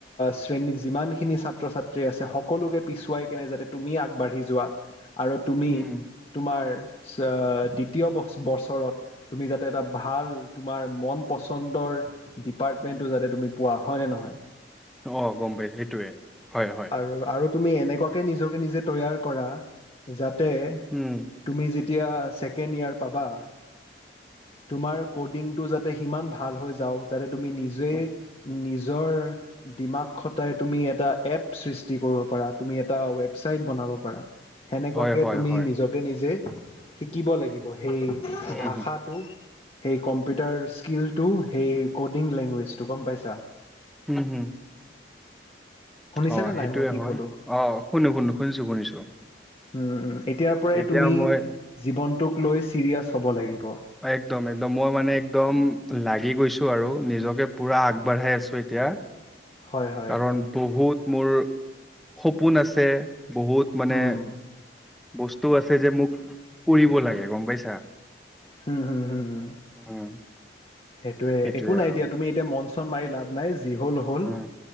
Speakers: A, on the left; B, in the centre.
A: শ্ৰেণীত যিমানখিনি ছাত্ৰ ছাত্ৰী আছে সকলোকে পিছুৱাই কেনে যাতে তুমি আগবাঢ়ি যোৱা। আৰু তুমি
B: উম
A: তোমাৰ দ্বিতীয় বছৰত তুমি যাতে এটা ভাল তোমাৰ মন পচন্দৰ ডিপাৰ্টমেণ্টটো যাতে তুমি পোৱা হয় নে নহয়
B: অঁ গম পায় সেইটোৱে হয় হয়
A: আৰু আৰু তুমি এনেকুৱাকৈ নিজকে নিজে তৈয়াৰ কৰা যাতে
B: উম
A: তুমি যেতিয়া ছেকেণ্ড ইয়োৰ পাবা তোমাৰ ক'ডিংটো যাতে সিমান ভাল হৈ যাওক যাতে তুমি নিজেই
B: উম,
A: নিজৰ দিমাক খটাই তুমি এটা এপ সৃষ্টি কৰিব পাৰা তুমি এটা ৱেবচাইট বনাব পাৰা সেনেকুৱাকৈ
B: হয় হয়
A: তুমি
B: হয়
A: নিজকে নিজে শিকিব লাগিব সেই
B: উম
A: ভাষাটো
B: হুম
A: সেই কম্পিউটাৰ স্কিলটো সেই ক'ডিং লেংগুৱেজটো গম পাইছা
B: হম হুম
A: শুনিছানে
B: অ সেইটোয়ে
A: নাই মই কি
B: হয়
A: ক'লো
B: অ শুনো শুনো শুনিছো শুনিছো
A: উম এতিয়াৰ পৰাই
B: এতিয়া
A: তুমি
B: মই
A: জীৱনটোক লৈ চিৰিয়াছ হব লাগিব
B: একদম একদম মই মানে একদম লাগি গৈছোঁ আৰু নিজকে পূৰা আগবাঢ়াই আছোঁ এতিয়া
A: হয় হয়
B: কাৰণ বহুত মোৰ সপোন আছে বহুত মানে
A: উম
B: বস্তু আছে যে মোক কৰিব লাগে গম পাইছা
A: হম হুম হুম হ
B: উম,
A: সেইটোয়ে
B: সেইটোৱে
A: একো নাই
B: আৰু
A: দিয়া তুমি এতিয়া মন চন মাৰি লাভ নাই যি হ'ল হ'ল
B: উম